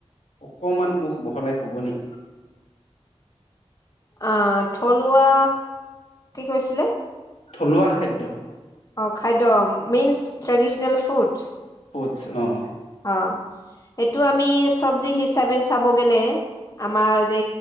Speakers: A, on the left; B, on the left.
A: অকমান মোক বহলাই কব নেকি?
B: আহ থলুৱা কি কৈছিলে?
A: থলুৱা খাদ্য।
B: অঁ খাদ্য মেইনচ ট্ৰেডিচনেল ফুড।
A: অ অ।
B: অ এইটো আমি চবজি হিচাপে চাব গেলে আমাৰ যে